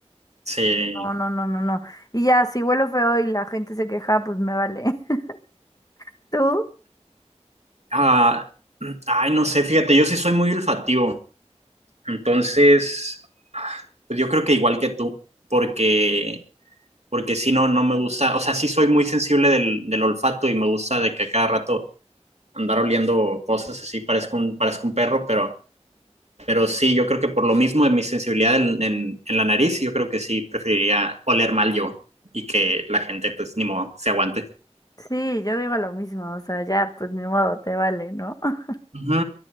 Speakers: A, on the right; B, on the left.
A: Sí.
B: No, no, no, no, no. Y ya, si huelo feo y la gente se queja, pues me vale. <laughs> ¿Tú?
A: Ah, <clears throat> ay, no sé, fíjate, yo sí soy muy olfativo, entonces, pues yo creo que igual que tú, porque, porque si no, no me gusta, o sea, sí soy muy sensible del, del olfato y me gusta de que a cada rato andar oliendo cosas así, parezco un, parezco un perro, pero Pero sí, yo creo que por lo mismo de mi sensibilidad en, en- en la nariz, yo creo que sí preferiría oler mal yo y que la gente, pues, ni modo, se aguante.
B: Sí, yo digo lo mismo. O sea, ya, pues ni modo, te vale, ¿no? <laughs>
A: Ujú,